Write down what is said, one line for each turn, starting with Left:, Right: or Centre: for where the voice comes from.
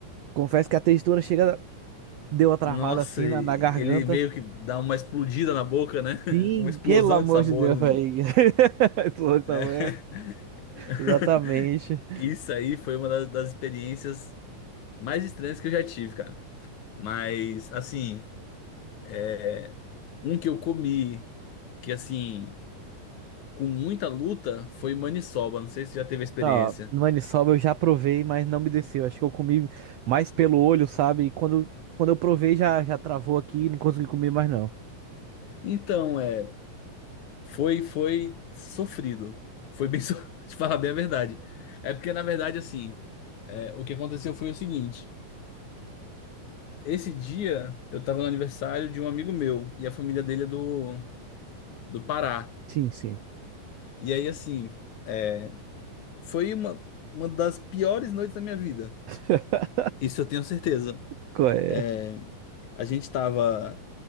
Right: confesso que a textura chega. Deu uma travada
Left: Nossa,
Right: assim
Left: e-
Right: na, na garganta.
Left: ele meio que dá uma explodida na boca, né? <laughs>
Right: Sim,
Left: Uma explosão
Right: pelo amor
Left: de sabores,
Right: de Deus,
Left: né?
Right: velho. <laughs> Esse louco tá
Left: É.
Right: bom.
Left: <laughs>
Right: Exatamente.
Left: Isso aí foi uma da- das experiências mais estranhas que eu já tive, cara. Mas, assim, é, um que eu comi, que assim, com muita luta, foi maniçoba. Não sei se já teve a experiência.
Right: Ó, no maniçoba eu já provei, mas não me desceu. Acho que eu comi mais pelo olho, sabe? E quando, quando eu provei, já, já travou aqui e não consegui comer mais, não.
Left: Então, é, foi, foi sofrido. Foi bem, so... <laughs> te falar bem a verdade. É porque, na verdade, assim, é, o que aconteceu foi o seguinte. Esse dia eu tava no aniversário de um amigo meu e a família dele é do, do Pará.
Right: Sim, sim.
Left: E aí, assim, é, foi uma, uma das piores noites da minha vida.
Right: <laughs>
Left: Isso eu tenho certeza.
Right: Qual É.
Left: É, A gente tava.